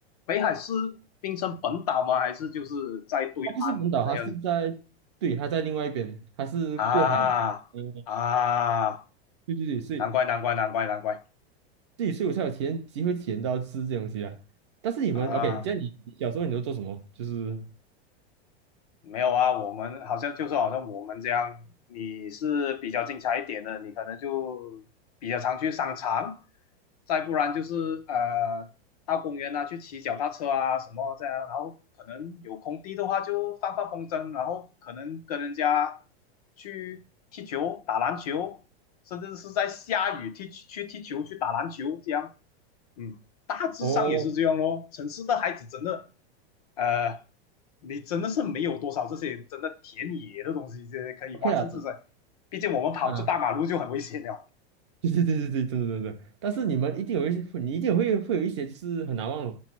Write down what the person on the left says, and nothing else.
北海是冰城本岛吗？还是就是在对岸那样子？
啊啊，
难怪难怪难怪难怪
啊！
没有啊，我们好像就是好像我们这样，你是比较精彩一点的，你可能就比较常去商场，再不然就是呃到公园啊去骑脚踏车啊什么这样，然后可能有空地的话就放放风筝，然后可能跟人家去踢球、打篮球，甚至是在下雨踢去踢球、去打篮球这样。嗯，大致上也是这样咯。
城市的孩子真的，呃，你真的是没有多少这些真的田野的东西，这些可以玩，
甚至在，毕竟我们跑出大马路就很危险了。